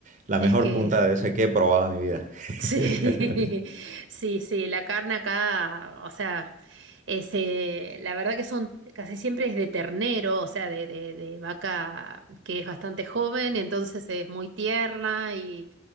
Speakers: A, on the right; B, on the right.
A: la
B: Es
A: mejor
B: que
A: punta de ese que he probado en mi vida.
B: Sí,
A: <laughs>
B: <laughs> sí, sí, la carne acá, o sea, es, eh, la verdad que son, casi siempre es de ternero, o sea, de, de, de vaca que es bastante joven, entonces es muy tierna y,